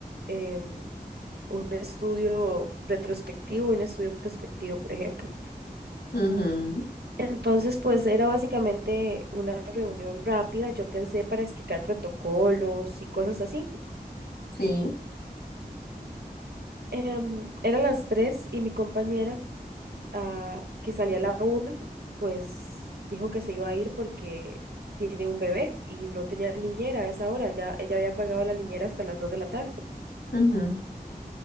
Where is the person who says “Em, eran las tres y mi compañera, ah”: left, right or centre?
Right